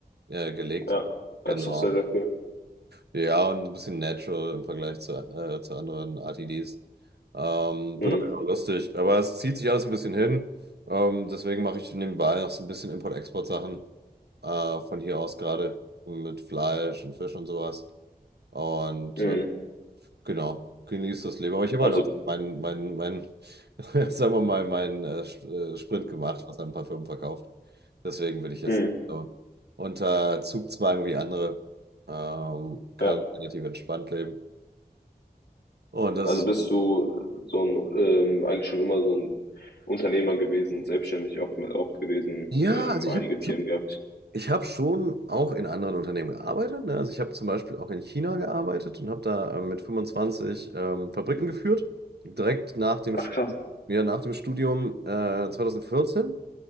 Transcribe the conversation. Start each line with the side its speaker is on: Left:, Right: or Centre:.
Right: äh, gelegt.
Left: ja.
Right: Genau.
Left: Das ist doch sehr, sehr cool.
Right: Ja, und so ein bisschen natural im Vergleich zu, äh, zu anderen RTDs. Ähm,
Left: Mhm.
Right: wird auf jeden Fall lustig, aber es zieht sich alles ein bisschen hin. Ähm, deswegen mache ich nebenbei noch so ein bisschen Import-Export-Sachen äh, von hier aus gerade mit Fleisch und Fisch und sowas. Und
Left: Mhm.
Right: äh, Genau, genieß das Leben. Aber ich habe
Left: Also,
Right: halt auch meinen, meinen, meinen, <laughs> sagen wir mal, meinen äh, Sch- äh, Sprint gemacht, was an Parfüm verkauft. Deswegen will ich jetzt
Left: mhm.
Right: so unter Zugzwang wie andere, ähm, kann
Left: Ja,
Right: relativ entspannt leben. Und das
Left: also
Right: ist,
Left: bist du so ein, ähm, eigentlich schon immer so ein Unternehmer gewesen, selbstständig oft, oft gewesen,
Right: ja,
Left: ähm,
Right: also ich
Left: einige
Right: habe
Left: Firmen
Right: ich hab,
Left: gehabt.
Right: ich hab schon auch in anderen Unternehmen gearbeitet. Ne? Also ich habe zum Beispiel auch in China gearbeitet und habe da ähm, mit 25 ähm, Fabriken geführt, direkt nach dem,
Left: Ach,
Right: Stu-
Left: krass.
Right: ja, nach dem Studium äh, 2014.